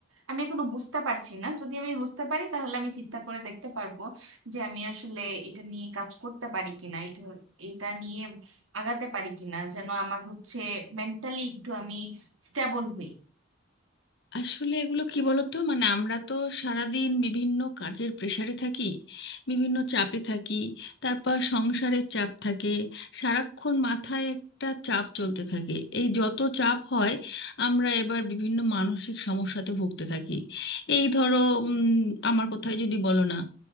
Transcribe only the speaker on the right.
আমি এখনো বুঝতে পারছি না যদি আমি বুঝতে পারি তাহলে আমি চিন্তা করে দেখতে পারবো যে আমি আসলে এটা নিয়ে কাজ করতে পারি কিনা এটা এটা নিয়ে আগাতে পারি কিনা যেন আমার হচ্ছে মেন্টালি একটু আমি স্টেবল হই